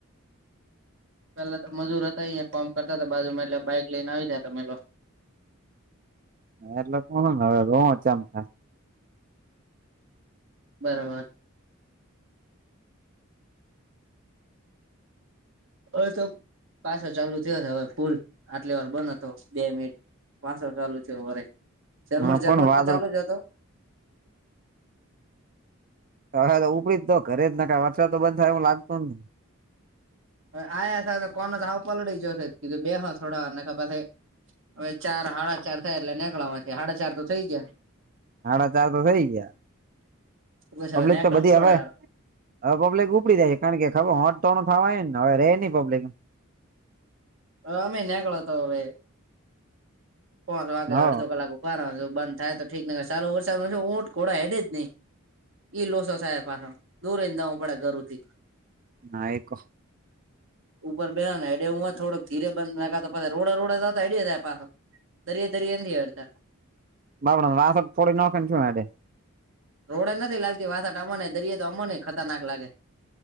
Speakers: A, on the right; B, on the right.
A: પેલા તો મજૂર હતા અહીયા ફોર્મ કરતા તો બાજુ માં, એટલે બાઇક લઈને આવી જાય તમે લોકો.
B: ના, એટલે કોવે રચમ થ <unintelligible>
A: બરાબર. હવે તો પાછો ચાલુ થયો હતો, હવે પુલ આટલી વાર બન હતો, બે મિનિટ. પાસો ચાલુ છે, વરે
B: થાય
A: જર્મન જઝર્મન
B: પણ વાદળો
A: તો ચાલુ જ હતો.
B: હ, તો ઉપડી જ, તો ઘરે જ નાાય વરસાદ તો બંધ થાય, એ લાગતો જ નઈ.
A: હવે આયા થ તો કોનો તોાવ પલળી ગયોીધું બે હ થોડા પછ <unintelligible> હવે ચાર હાડા ચાર થાય, એટલે નીકળવામાંથી સાડા ચાર તો થઈ ગયા.
B: હમણા ચાર તો થઈ ગયા.
A: ઉછને
B: પબ્લિક તો બધી
A: છોડા.
B: હવે હવે પબ્લિક ઉપડી જાય છે, કારણ કે ખબર હોટ તોણ થવાય ને, હવેે નહી પબ્લિક.
A: હ મહિને્યાગતો હવે <unintelligible> પાચ વાગે
B: હ હા
A: અડધો કલાક ઉપા બંધ થાય, તો ઠીક ન ચાલો, વરસાદ ન ઊંટ ખોડા હેડે જ નહી. ઈ લોસો સાહેબ પાછા દોરને, જું પડે ઘર થી.
B: ના એક.
A: ઉપર બે એડે હું થોડક ધીરે બંધ નાખી રોડે-રોડે એડેય પાછો. દરિેયા-દરિયા નથી હડતા.
B: બાબર વા થોડી નાખેનેે.
A: રોડ નથી લાગતી, વાસાટ અમ દરિયો તો અમને ખતરનાક લાગે.